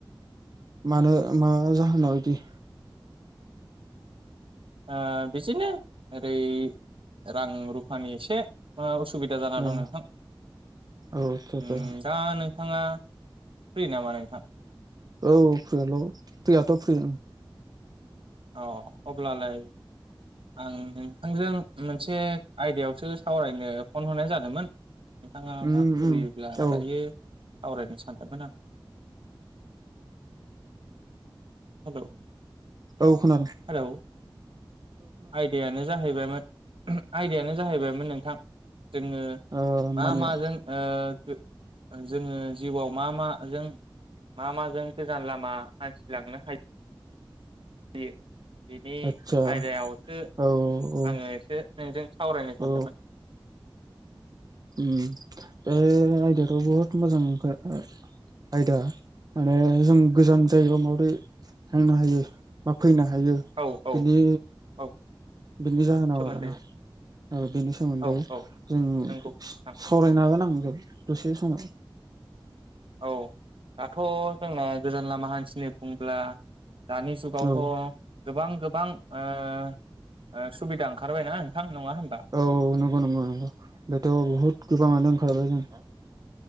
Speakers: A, on the right; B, on the right.
A: मानो मा जाहोनाव इदि
B: ओ बिसिनो ओरै रां रुफानि एसे ओ उ सुबिदा जाना
A: ओ
B: दं नोंथां
A: औ आदसा आदसा
B: उम दा नों थाङा फ्रि नामा नोंथां?
A: औ फ्रिल' फ्रियाथ' फ्रि
B: अ अब्लालाय आं नोंथांजों मोनसे आयदायावसो सावरायनो फन हरनाय जादोंमोन। नोंथाङा
A: उम
B: फ्रिब्ला
A: उम औ
B: दायो सावरायनो सानदोमोन आं हेलौ।
A: औ खोनादो।
B: हेलौ आयदायानो जाहैबायमोन आयदायानो जाहैबायमोन नोंथां जोङो
A: ओ
B: मा
A: मानियाव
B: माजों ओ बे ओ जोङो जिउआव मा माजों? मा माजों गोजान लामा हान्थिलांनो हा यो बिनि
A: आदसा
B: आयदायावसो
A: औ औ
B: आङो एसे नोंजों सावरायनो सानदोमोन।
A: औ
B: <inaudible>
A: उम बे आयदायाथ' बहद मोजां <unintelligible> आयदा माने जों गोजान जायगायाव माबोरै थांनो हायो बा फैनो हायो
B: औ औ
A: बिनि
B: औ
A: बिनि जाहोनाव
B: सोमोन्दै
A: आरोना बेनि सोमोन्दै
B: औ औ
A: जोंनि
B: नंगौ नोंथां
A: सावरायन हागोन आंजों दसे समाव
B: औ दाथ' जोंना गोजान लामा हान्थिनो बुंब्ला दानि जुगावथ'
A: औ
B: गोबां गोबां ओ बिदा ओंखारबायना नोंथां नङा होम
A: औ नंगौ नंगौ नंगौ बेथ' बुहुद गोबाङानो ओंखारबाय जों